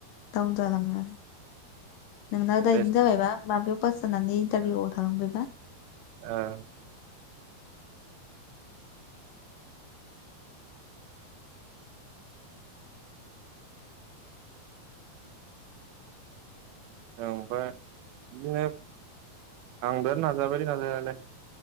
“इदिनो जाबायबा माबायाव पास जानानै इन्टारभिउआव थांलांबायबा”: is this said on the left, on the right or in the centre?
Left